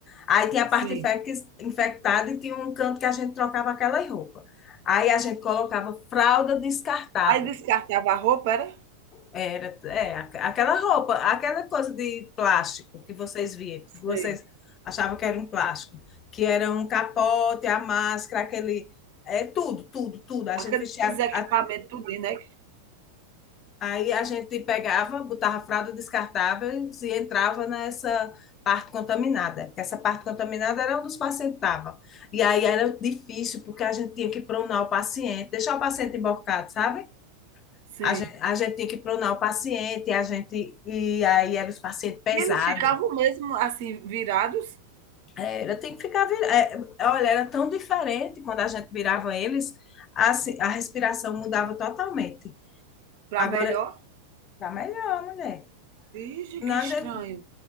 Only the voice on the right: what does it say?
sim.
Aí descartava a roupa, era?
Sei.
Aqueles
equipamentos
tudo né?
Sim.
E eles ficavam mesmo assim, virados
para
melhor.
Vixe,
que
estranho.